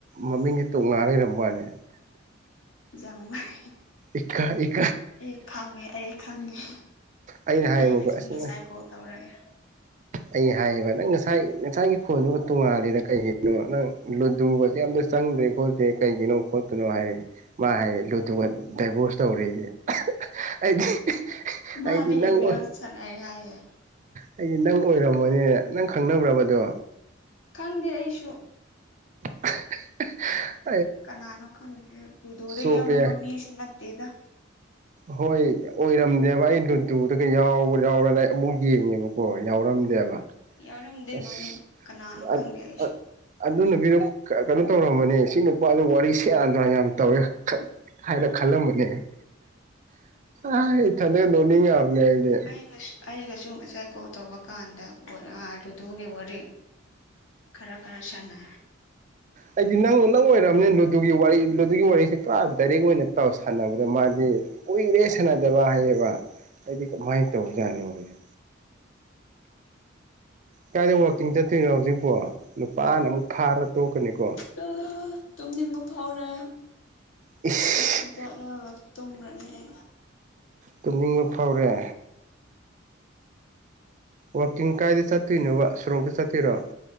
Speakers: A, on the right (about 40°); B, on the left (about 70°).
A: ꯃꯃꯤꯡꯗꯤ ꯇꯣꯡꯉꯥꯟꯔꯝ ꯃꯅꯦ
B: ꯖꯥꯡꯃꯩ
A: ꯏꯀ ꯏꯛ
B: ꯑꯩ ꯈꯪꯉꯦ ꯑꯩ ꯈꯪꯉꯦ
A: ꯑꯩꯅ ꯍꯥꯏꯌꯦꯕꯀꯣ
B: ꯑꯩꯩꯅꯁꯨꯨꯝ
A: ꯑꯁ
B: ꯉꯁꯥꯏ ꯀꯣꯜ ꯇꯧꯔꯛꯑꯦ
A: ꯑꯩ ꯍꯥꯏꯌꯦꯕ ꯅꯪ ꯉꯁꯥꯏ ꯉꯁꯥꯏꯒꯤ ꯈꯣꯟꯗꯨꯒ ꯇꯣꯡꯉꯥꯂꯦꯅ ꯀꯩꯒꯤꯅꯣ ꯅꯪ ꯂꯨꯗꯨꯒꯁꯦ ꯑꯝꯗ ꯆꯪ ꯈꯪꯗ꯭ꯔꯦ ꯈꯣꯠꯇꯦ ꯀꯩꯒꯤꯅꯣ ꯈꯣꯠꯀꯅꯣ ꯍꯌꯦ ꯃꯥ ꯍꯏ ꯑꯗꯨꯒ ꯗꯥꯏꯕꯣꯔꯁ ꯇꯧꯔꯦꯌꯦ ꯑꯩꯗꯤ
B: ꯃꯗꯤ
A: ꯑꯩꯗꯤ ꯅꯪ
B: ꯑꯦꯝ ꯑꯦꯜ ꯁꯅꯩ ꯍꯥꯏꯌꯦ
A: ꯑꯩꯗꯤ ꯅꯪ ꯑꯣꯏꯔꯝꯃꯣꯅꯦ ꯅꯪ ꯈꯪꯅꯕ꯭ꯔꯕꯗꯣ
B: ꯈꯪꯗꯦ ꯑꯩꯁꯨ
A: ꯍ ꯍ ꯍ
B: ꯀꯅꯥꯅꯣ ꯈꯪꯗꯦ ꯂꯨꯗꯨꯗ
A: ꯆꯣꯞꯄꯦ
B: ꯌꯥꯎꯔꯝꯕ ꯃꯤꯁꯨ ꯅꯠꯇꯦꯗ
A: ꯍꯣꯏ ꯑꯣꯏꯔꯝꯗꯦꯕ ꯑꯩ ꯂꯨꯗꯨꯗꯒ ꯌꯥꯕ ꯌꯥꯎꯔ ꯑꯩ ꯑꯃꯨꯛ ꯌꯦꯡꯉꯦꯕꯀꯣ ꯌꯎꯔꯝ ꯈꯪꯗꯦꯑꯕ
B: ꯌꯥꯎꯔꯝꯗꯦ
A: ꯑꯁ
B: ꯃꯃꯤꯡ ꯀꯅꯥꯅꯣ ꯈꯪꯗꯦ
A: ꯑ
B: ꯑꯩꯁꯨ
A: ꯑ ꯑꯗꯨꯅꯨꯄꯤꯗꯣ ꯀꯩꯅꯣ ꯇꯧꯔꯝꯃꯅꯤ ꯁꯤ ꯅꯨꯄꯥꯖ ꯋꯥꯔꯤ ꯁꯦꯔꯟ ꯇꯨꯔꯟ ꯌꯥꯝ ꯇꯧꯋꯦ ꯍꯏꯅ ꯈꯜꯂꯝꯃꯅꯦ ꯑ ꯏꯊꯟꯗꯒ ꯅꯣꯛꯅꯤꯡꯉꯕꯅꯦ ꯑꯩꯗꯤ
B: ꯑꯩ ꯑꯩꯒꯁꯨ ꯉꯁꯥꯏ ꯀꯣꯜ ꯇꯧꯕ ꯀꯥꯟꯗ ꯑ ꯔꯨꯗꯨꯒꯤ ꯋꯥꯔꯤ ꯈꯔ ꯔꯁꯅꯥ
A: ꯑꯩꯗꯤ ꯅꯪ ꯅꯪ ꯑꯣꯏꯔꯝꯅꯤ ꯂꯨꯗꯨꯒꯤ ꯋꯥꯔꯤ ꯂꯨꯗꯨꯒꯤ ꯋꯥꯔꯤꯁꯦ ꯄꯨꯔꯥ ꯗꯥꯏꯔꯦꯛ ꯑꯣꯏꯅ ꯇꯥꯎ ꯁꯥꯟꯅꯕꯗ ꯃꯥꯗꯤ ꯀꯨꯏꯔꯦ ꯁꯥꯟꯅꯗꯕ ꯍꯥꯏꯌꯦꯕ ꯑꯩꯗꯤ ꯀꯃꯥꯏꯅ ꯇꯧꯖꯥꯅꯣꯅꯦ ꯀꯥꯏꯗ ꯋꯥꯛꯀꯤꯡ ꯆꯠꯇꯣꯏꯅꯣ ꯍꯧꯖꯤꯛꯄꯣ ꯅꯨꯄꯥꯅ ꯑꯃꯨꯛ ꯐꯥꯔ ꯇꯣꯛꯀꯅꯤꯀꯣ
B: ꯎꯝ ꯇꯨꯝꯅꯤꯡꯕ ꯐꯥꯎꯔꯦ
A: ꯏꯁ
B: ꯋꯥꯛꯀꯤꯡ ꯆꯠꯂꯒ ꯇꯨꯝꯔꯅꯤ ꯑꯦ
A: ꯇꯨꯝꯅꯤꯡꯕ ꯐꯥꯎꯔꯦ ꯋꯥꯛꯀꯤꯡ ꯀꯥꯏꯗ ꯆꯠꯇꯣꯏꯅꯣꯕ ꯁꯣꯔꯣꯛꯇ ꯆꯠꯇꯣꯏꯔꯣ